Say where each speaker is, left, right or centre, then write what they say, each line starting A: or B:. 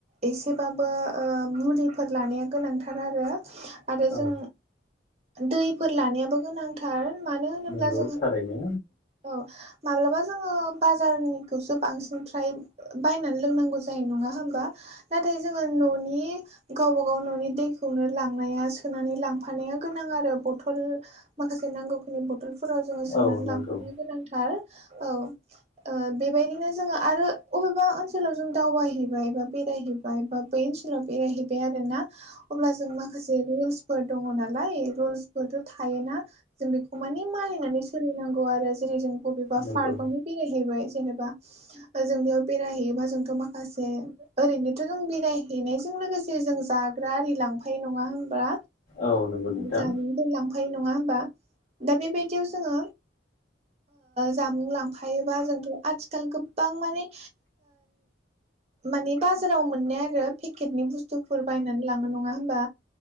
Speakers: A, on the right (about 35°); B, on the left (about 45°).
A: एसेबाबो ओ मुलिफोर लानाया गोनांथार आरो। आरो
B: औ
A: जों दैफोर लानायाबो गोनांथार मानो होनोब्ला
B: नंगौ
A: जों
B: थारैनो
A: औ माब्लाबा जोङो बाजारनिखौसो बांसिन फ्राय बायनानै लोंनांगौ जायो नङा होमबा? नाथाय जोङो न'नि गावब गाव न'नि दैखौनो लांनाया सोनानै लांफानाया गोनां आरो बथल माखासे नांगौखिनि बथलफोराव जोङो सोनानै
B: औ नंगौ
A: लांफानो गोनांथार औ। बेबायदिनो जोङो आरो अबेबा ओनसोलाव जों दावबायहैबाय बा बेरायहैबाय बा बै ओनसोलाव बेरायहैबाय आरो ना। अब्ला जों माखासे रुल्सफोर दङ नालाय रुल्सफोरथ' थायोना। जों बेखौ मानि मानिनानै सोलिनांगौ आरो जेरै जों बबेबा
B: नंगौ
A: पार्कआवनो बेरायहैबाय जेनेबा जों बेयाव बेरायहैयोबा जोंथ' माखासे ओरैनोथ' जों बेरायहैनायजों लोगोसे जों जाग्रा आरि लांफायो नङा होनबा?
B: औ नंगौ नोंथां
A: जामुंफोर लांफायो नङा होमबा? दा बेबायदियाव जोङो जामुं लांफायोबा जोंथ' आथिखाल गोबां माने मानि बाजाराव मोननाय आरो पेकेटनि बुस्थुफोर बायनानै लाङो नङा होनबा?